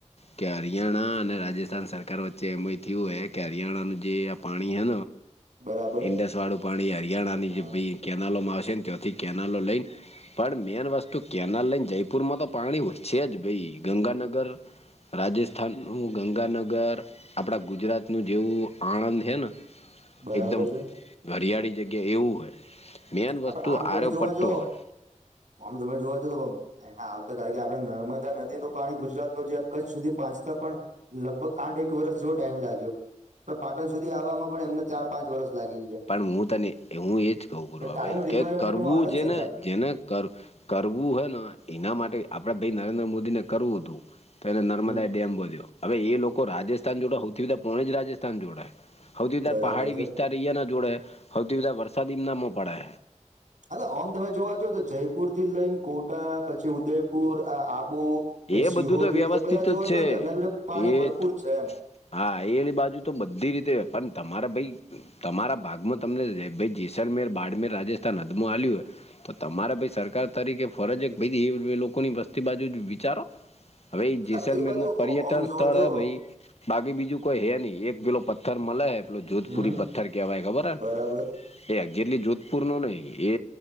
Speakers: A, on the left; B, on the right.
A: કે હરિયાણા અને રાજસ્થાન સરકાર વચ્ચે એમય થયું હ કે હરિયાણાનું જે આ પાણી હે
B: બરાબર
A: ઇડસવાળું પાણી હરિયાણાની
B: હા
A: જે બી કેનાલોમાં આવશે કથી કેનાલો લઈને પણ મેન વસ્તુ કેનાલ લઈને જયપુર માં તો પાણી હોય છે જ ભાઈ ગંગાનગર રાજસ્થાન હું ગંગાનગર આપણા ગુજરાતનુંું જેવું આણંદ હે ને
B: બરાબર
A: એકદમ
B: છે
A: ઘરિયાળી જગ્યા એવું હોય મેન
B: આપડે
A: વસ્તુ
B: આમ તમે
A: આરો
B: જોવા
A: પટ્ટો
B: જ
A: હોય
B: આમ તમે જોવા જ તો એના આવતા તણ કે આપડણે નર્મદા નદીનું પાણી ગુજરાત ન જે કચ્છ સુધી પાહંચતા પણ લગભગ આઠ એક વરષ જો ટાઈમ લાગ્યો પણ પાટણ સુધી આવવામાં પણ એમને ચાર પાંચ વર્ષ લાગી ગ છે
A: પણ હું તને હું એજ કહ ગુ ભાઈ
B: ટાઈમ રિક્વાયરમેન્ટમાં
A: કે કરવું
B: આવે
A: જે
B: સરકાર
A: ને જેને કરવું હોય ને એના માટે આપણે ભાઈ નરેન્દ્ર મોદી ને કરવું હતું તો એને નર્મદા
B: હમ
A: ડેમ વધ્યો હવે એ લોકો રાજસ્થાન જોડે સૌથી બીધા પોણે જ રાજસ્થાન જોડાય હૌથી વધધાર
B: બરાબર
A: પહાડી
B: છે
A: વિસ્તાર અયા ના જોડે હૌથી વધધારે વરસાદી મનામો પડે
B: હ આમ તમે જોવા જ તો જયપુર થી લઈને કોટા પછી ઉદયપુર આબુ પછી
A: એ
B: સિહોર
A: બધું તો વ્યવસ્થિત
B: એ બધા જોવા
A: જ છે
B: જો ને તો એમના જોડે પાણી
A: એ
B: ભરપૂર
A: ત-
B: છે એમ
A: હા એની બાજુ તો બધી રીતે પણ તમારા ભાઈ તમારા ભાગમાં તમને ભ જેસલમેર બાડમેર રાજસ્થાન હદમાંો આવ્યું હોય તો તમારા ભાઈ સરકાર તરીકે ફરજ એક ભાઈ એ લોકોની વસ્તી બાજુ વિચારો ભાઈ
B: હા,
A: જેસલમેરમાં
B: એ બાજુ
A: પર્યટન
B: આમ જોવા
A: સ્થળ
B: જો
A: હે ભાઈ બાકી બીજું કોઈ હે નહી એક કિલો પથ્થર મળે પલો જોધપુરી
B: હમ
A: પથ્થર કેવાય ખબર હ ને
B: બરાબર
A: એ એ જેટલી જોધપુર ન નહિ એ